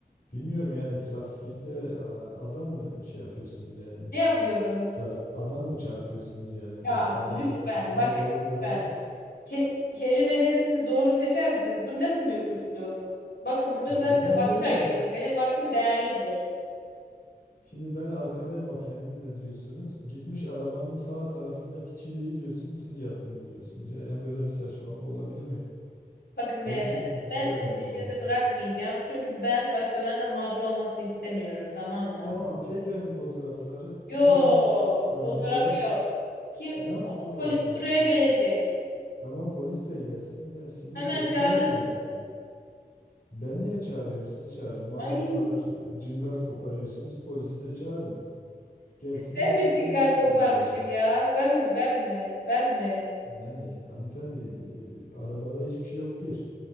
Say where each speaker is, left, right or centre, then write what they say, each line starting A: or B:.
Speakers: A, on the left; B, on the left.
A: bilmiyorum yani trafikte a, adam mı şey yapıyorsunuz yani
B: Ne yapıyorum?
A: çar- adam mı çarpıyorsunuz yani
B: Ya
A: A- araba
B: lütfen
A: arabayı
B: bakın
A: bırakıp
B: lütfen. Ke- kelimelerinizi doğru seçer misiniz? Bu nasıl bir üslup? Bakın burada
A: E, yani
B: ben size vakit
A: görüyoruz
B: ayırıyorum. Benim vaktim değerlidir.
A: Şimdi ben arkadayım bak kendiniz de diyorsunuz. Gitmiş arabanın sağ tarafındaki çiziyi diyorsunuz siz yaptınız diyorsunuz. Ya, ya böyle bir saçmalık olabilir mi?
B: Bakın
A: Gerçekten
B: beyefendi,
A: hiç
B: ben
A: görmedim
B: sizin peşinizi
A: yani.
B: bırakmayacağım. Çünkü ben başkalarının da mağdur olmasını istemiyorum, tamam mı?
A: Tamam çekelim fotoğrafları
B: Yok,
A: tutalım zabıtları.
B: fotoğraf yok. Kim
A: Nasıl fotoğrafı
B: polis
A: yok?
B: buraya
A: Fo-
B: gelecek?
A: Tamam polis de gelsin hepsini
B: Hemen
A: gösterelim
B: çağırır mısınız?
A: yani. Ben niye çağırıyorum siz çağırın. Madem
B: Ay,
A: bu kadar cıngar koparıyorsunuz polisi de çağırın. Gelsin
B: ben
A: baksın
B: mi cigar
A: görsün
B: koparmışım
A: manzarayı.
B: ya? Ben mi, ben mi, ben mi?
A: Yani hanımefendi e, arabada hiçbir şey yok bir.